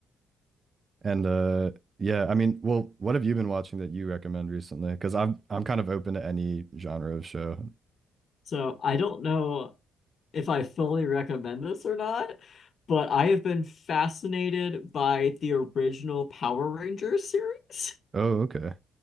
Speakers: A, on the right; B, on the left.
A: And uh yeah, I mean, well, what have you been watching that you recommend recently? Because I'm I'm kind of open to any genre of show.
B: So I don't know if I fully recommend this or not, but I have been fascinated by the original Power Rangers series.
A: Oh, okay.